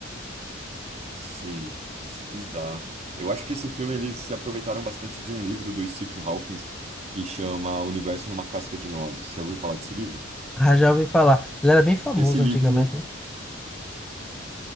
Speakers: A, on the right; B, in the centre.
A: Sim, sim, bizarro. Eu acho que esse filme eles se aproveitaram bastante de um livro do Stephen Hawking que chama O Universo numa Casca de Nozes. Você ouviu falar desse livro?
B: Ah, já ouvi falar. Ele era bem famoso
A: Esse livro
B: antigamente, né?